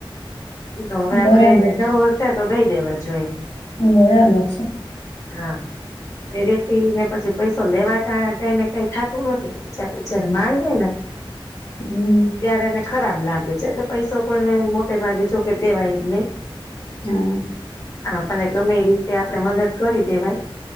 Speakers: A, on the left (about 35°); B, on the left (about 85°).
A: તો અવે
B: બરાબર
A: આપડે એને જરૂરત છે જ. તો દઈ દેવા જોએ.
B: બરાબર છે.
A: હા, એ વ્યક્તિને પછી પૈસો લેવાા ટાણે ટાઈમે કંઈ થાતું નથી, પછી આપડે જારે માંગીએે ને
B: હમ
A: ત્યારે એને ખરાબ લાગે છે એટલે પૈસો કોઈને મોટે ભાગે જો કે દેવાય જ નઈ.
B: <inaudible>
A: હા ભલે ગમે એ રુપિયા આપડે મદદ કરી દેવાય.